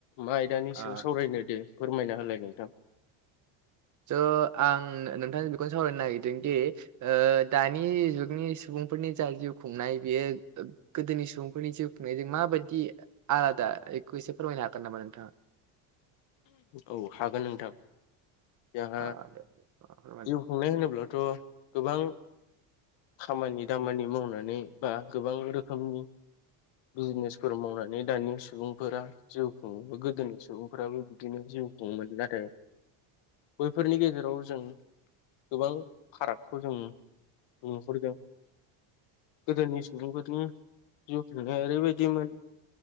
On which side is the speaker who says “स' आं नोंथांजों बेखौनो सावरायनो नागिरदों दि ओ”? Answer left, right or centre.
Right